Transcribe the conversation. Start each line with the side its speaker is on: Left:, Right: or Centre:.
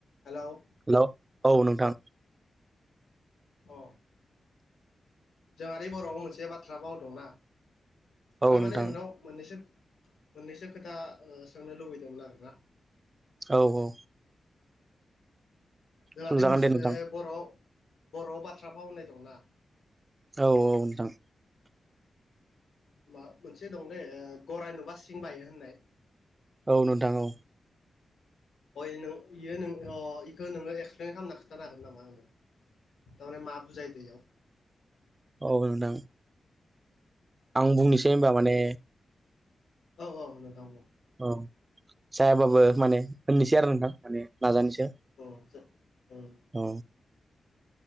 Left: हेल'
Right: हेल' औ नोंथां
Left: अ जोंहाारि बर'आव मोनसे बाथ्रा बावदोंनाा
Right: औ
Left: र माने
Right: नोंथां
Left: नोंनाव मोननैसो मोननैसो खोथा सोंनो लुबैदोंमोन आरोना
Right: औ औ
Left: जोंहादे
Right: सोंजागोन
Left: मोनसे
Right: दे नोंथां
Left: बर' बर' बाथ्राफाव होननाय दंना
Right: औ औ नथां
Left: मा मोनसे दं दे गरराय नुबा सिं बायो होननाय
Right: औ नोंथां औ
Left: अयों इयोों इखौ नोङो एक्सप्लइेन खालाम खिथानो हागोन नामा नोङो थाने माब जाय दै आाव
Right: औ नोंदां आं बुंनोसै होनबा माने
Left: औ औ नोंथां
Right: औ जायाबाबो माने होननोसै आरो नोंथां माने नाजानोसो
Left: औ औ
Right: औ